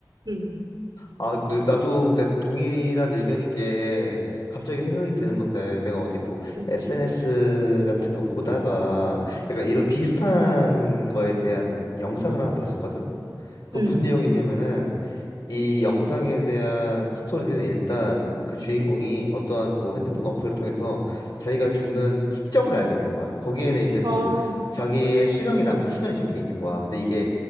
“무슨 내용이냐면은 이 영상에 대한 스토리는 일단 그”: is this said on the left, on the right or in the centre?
Left